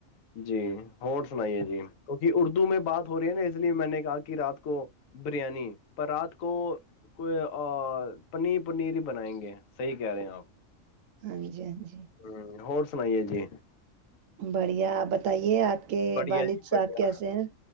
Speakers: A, on the left (about 80°); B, on the right (about 80°).
A: جی ہو سنائیے جی کیکہ اردو میں بات ہو رہی ہے نا اس لیے میں نے کہا کہ رات کو بریانی پر رات کو کوئی پنیر پنیر ہی بنائیں گے صحیح کہہ رہے ہیں آپ
B: ہاں جی ہاں جی
A: ہ اور سنائیے جی
B: بڑھیاپ بتائیے آپ کے
A: بڑھیا
B: والد
A: جی بڑھیا
B: صاحب کیسے ہیں